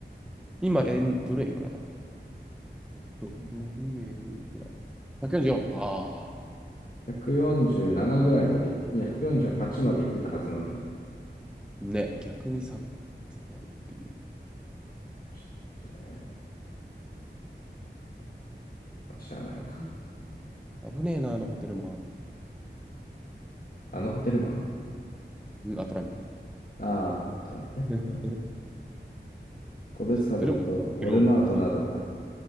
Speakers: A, in the centre; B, on the left (about 50°).
A: 今、円、ドル円いくらだえっと、ドル円いくら ?144。ああ。
B: 147ぐらいまで、いや、148まで行ってたはずなのに。
A: ね、逆に下、下がるっていう。
B: ちょっとね、まあ、しゃあないか。
A: あぶ危ねえな、あのホテルマン。
B: あのホテルマン
A: うん、あ、トランプ。
B: ああー、トランプね。
A: <laughs>
B: うん。個別株だと、
A: ホテルマン、ホテルマンまあ、
B: ウォルマートなどが